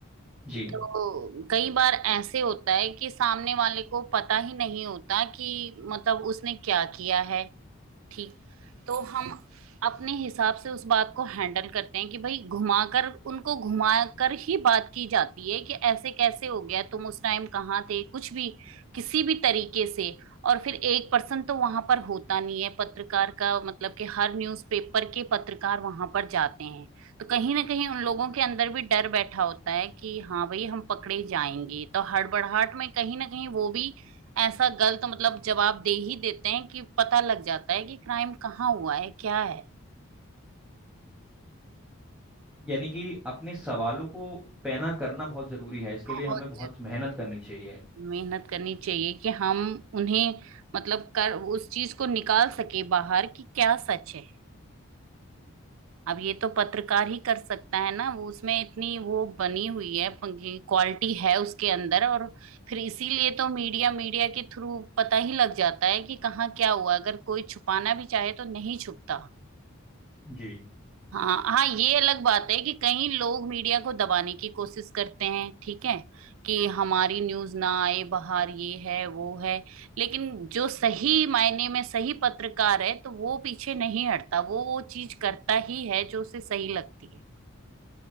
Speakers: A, in the centre; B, on the right.
A: जी
B: तो कई बार ऐसे होता है कि सामने वाले को पता ही नहीं होता कि मतलब उसने क्या किया है ठीक तो हम अपने हिसाब से उस बात को हैंडल करते हैं कि भाई घुमाकर उनको घुमाकर ही बात की जाती है कि ऐसे कैसे हो गया तुम उस टाइम कहाँ थे कुछ भी किसी भी तरीके से और फिर एक पर्सन तो वहां पर होता नहीं है पत्रकार का मतलब कि हर न्यूज़पेपर के पत्रकार वहां पर जाते हैं तो कहीं ना कहीं उन लोगों के अंदर भी डर बैठा होता है कि हाँ भाई हम पकड़े जाएंगे तो हड़बड़ाहट में कहीं ना कहीं वो भी ऐसा गलत मतलब जवाब दे ही देते हैं कि पता लग जाता है कि क्राइम कहाँ हुआ है क्या है
A: यानी कि अपने सवालों को पैना करना बहुत जरूरी है इसके
B: बहुत
A: लिए हमें बहुत
B: जरूरी
A: मेहनत करनी चाहिए
B: है मेहनत करनी चाहिए कि हम उन्हें मतलब कर उस चीज को निकाल सके बाहर कि क्या सच है अब ये तो पत्रकार ही कर सकता है ना वो उसमें इतनी वो बनी हुई है क्वालिटी है उसके अंदर और फिर इसीलिए तो मीडिया मीडिया के थ्रू पता ही लग जाता है कि कहाँ क्या हुआ अगर कोई छुपाना भी चाहे तो नहीं छुपता
A: जी
B: हाँ हाँ ये अलग बात है कि कई लोग मीडिया को दबाने की कोशिश करते हैं ठीक है कि हमारी न्यूज ना आए बाहर ये है वो है लेकिन जो सही मायने में सही पत्रकार है तो वो पीछे नहीं हटता वो वो चीज करता ही है जो उसे सही लगती है